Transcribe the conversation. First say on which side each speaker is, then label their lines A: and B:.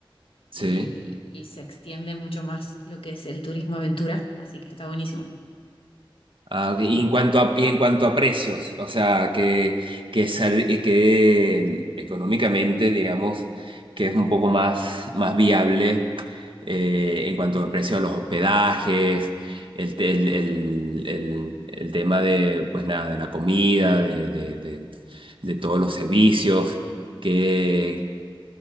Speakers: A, on the left; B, on the right.
A: y,
B: sí.
A: y se extiende mucho más lo que es el turismo aventura, así que está buenísimo.
B: Ah, ok. Y en cuanto a, y en cuanto a precios, o sea, que, que, sal- eh, que económicamente, digamos, que es un poco más, más viable eh, en cuanto al precio de los hospedajes, el, te- el, el, el, el tema de, pues nada, de la comida, de, de, de, de todos los servicios, que,